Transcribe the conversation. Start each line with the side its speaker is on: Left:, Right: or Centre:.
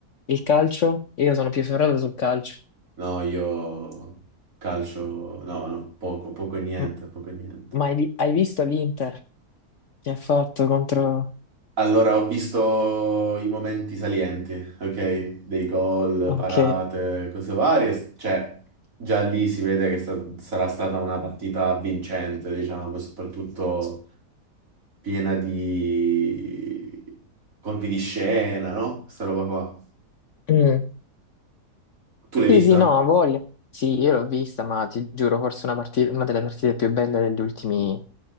Left: il calcio? Io sono più ferrato sul calcio.
Right: No, io calcio, no, no, poco, poco e niente,
Left: M-
Right: poco e niente.
Left: Ma hai, vi- hai visto l'Inter che ha fatto contro...
Right: Allora, ho visto i momenti salienti, ok? Dei gol,
Left: Ok.
Right: parate, cose varie. Cioè, già lì si vede che sta- sarà stata una partita vincente, diciamo, e soprattutto piena di colpi di scena, no? Questa roba qua.
Left: Mm.
Right: Tu l'hai vista?
Left: Sì, sì, no, ha voglia. Sì, io l'ho vista, ma ti giuro, forse una, partita, una delle partite più belle degli ultimi